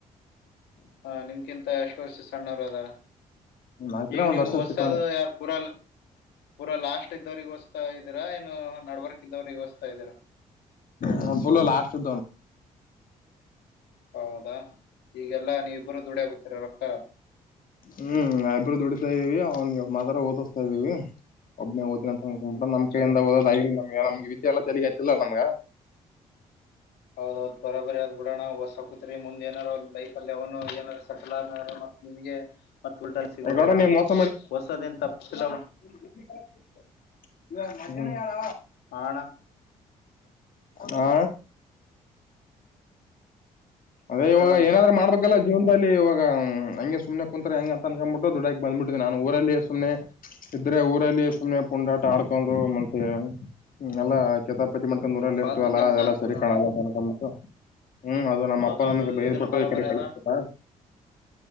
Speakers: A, on the left; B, on the left.
A: ಹ ನಿಮ್ಗಿಂತ ಎಷ್ಟು ವರ್ಷ ಸಣ್ಣವರು ಅದಾರ
B: ನಾಕಿನ
A: ಈಗ
B: ಒಂದ್
A: ನೀವು
B: ವರ್ಷ
A: ಹೊಸದು
B: ಸಿಕ್ಕವನೆ
A: ಯಾರ ಪೂರ ಪೂರಾ ಲಾಸ್ಟ್ ಇದ್ದವ್ರಿಗೆ ಇದೀರಾ ಏನು ನಡ್ವರ್ಕ ಇದವ್ರ ಒಡಸ್ತಾ ಇದ್ದೀರಾ
B: ಹ ಪುಲ ಲಾಸ್ನು
A: ಹೌದಾ ಈಗೆಲ್ಲಾ ನೀವಿ ಇಬ್ಬರುೂ ದುಡಿಯಗುತ್ತೀರ ರೊಕ್ಕ
B: ಹ್ಮ್ ಇಬ್ಬರು ದುಡಿತಾ ಇದೀವಿ ಅವ್ನ್ಗೆ ಮಾತ್ರ ಓದಿಸ್ತಾ ಇದೀವಿ ಒಬ್ಬನೇ ಓ ಹ್ ನಮ್
A: ಚಲೋ
B: ಎಂದ ಓದೋದ ನಮ್ಗೆ ನಮ್ಗೆ ವಿದ್ಯೆ ಎಲ್ಲ ತೆಗತಿಲ್ಲ ನಮ್ಗ
A: ಹೌದೌದ ಬರಬರಿ ಅದ್ ಬಿಡೋಣ ಹೊಸ ಹಕತ್ರಿ ಮುಂದ ಏನಾರ ಲೈಫ ಅಲ್ಲಿ ಅವನು ಏನಾರ ಸೆಟಲ್ ನಿಮಗೆ ಮತ್ ಉಲ್ಟನ್ ಸಿಗೋದ
B: ಗೌಡ
A: ಬಿಡೋಣ
B: ನೀ ಮೋಸ
A: ಹೊಸದನ್ ತಪ್ಪಿಲ್ಲಡ
B: ಮಾಡಿದ್ನೋಡಪ್ಪ ಇವಾಗ ಮಜನ ಯಾರ
A: ಆ ಅಣ್ಣ
B: ಹಾ ಅದೇ ಇವಾಗ
A: ಹೇಳೋಣ
B: ಏನಾದ್ರರು ಮಾಡ್ಬೇಕು ಇದಕ್ಕೆಲ್ಲ ಜೀವನದಲ್ಲಿ ಇವಾಗ ಹಾಗೆ ಸುಮ್ನೆ ಕುಂತಾರೆ ಹ ಹೆಂ ಅನ್ಕ್ಬಿಟ್ಟು ದುಡಾಗಿ ಬಂದ್ಬಿಟ್ಟಿದೆನ ನಾನು ಊರಲ್ಲಿ ಸುನೆ ಇದ್ರೆ ಊರಲ್ಲಿ ಸುಮ್ಮನೆ ಪುಂಡಾಟ ಆಡ್ಕೊಂಡು ಮತ್ತೆ ಎಲ್ಲಾ ಕೆತಪ್ <unintelligible> ಮ್ಕೊಂಡ್ ದೂರಲ್ಲಿ
A: ಫಾಲ್ತು
B: ಇರ್ತವಲ್ಲ
A: ಕೆಲ್ಸ
B: ಅದೆಲ್ಲ
A: ಆತು
B: ಸರಿ
A: ಬಿಡೋಣ
B: ಕಾಣಲ್ಲಕ ಹ್ಮ್ ಅದು ನಮ್ಮ
A: ಹೌದೌದು
B: ಅ ನಮ್ಗೆ ಬೇ
A: ಇದನ್ನು
B: ಬಿಟ್ಟು
A: ಬರೋಬರಿ
B: ಈ ಕಡೆ ಕಲತಾ
A: ಅದ